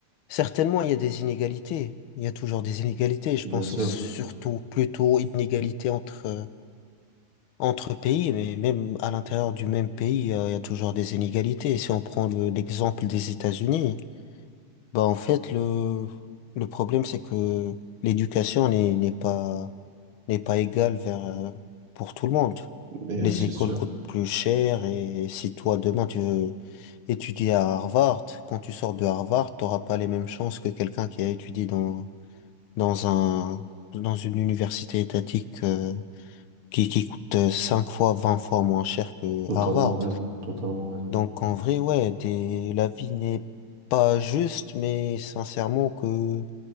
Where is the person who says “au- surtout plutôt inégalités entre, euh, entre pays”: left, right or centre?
Left